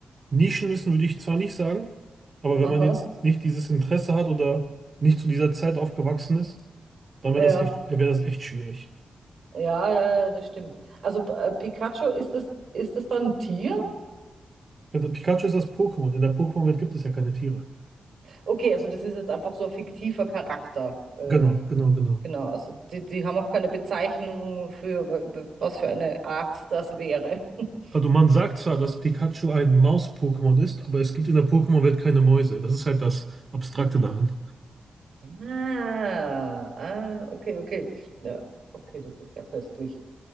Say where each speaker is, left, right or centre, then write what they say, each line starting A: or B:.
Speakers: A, on the right; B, on the right.
A: Nischenwissen würde ich zwar nicht sagen, aber wenn
B: Aha,
A: man jetzt nicht dieses Interesse hat oder nicht zu dieser Zeit aufgewachsen ist, dann wäre
B: ja,
A: das echt, wäre das echt schwierig.
B: ja, ja, ja, das stimmt. Also P- äh, Pikachu, ist das, ist das dann ein Tier?
A: Ja, das Pikachu ist das Pokémon. In der Pokémon-Welt gibt es ja keine Tiere.
B: Okay, also das ist jetzt einfach so ein fiktiver Charakter. Äh,
A: Genau, genau, genau.
B: genau, also die, die haben auch keine Bezeichnung für w- w- was für eine Art das wäre. <laughs>
A: Also man sagt zwar, dass Pikachu ein Maus-Pokémon ist, aber es gibt in der Pokémon-Welt keine Mäuse. Das ist halt das Abstrakte daran.
B: Ah, ah, okay, okay. Ja, okay, das ist ja köstlich.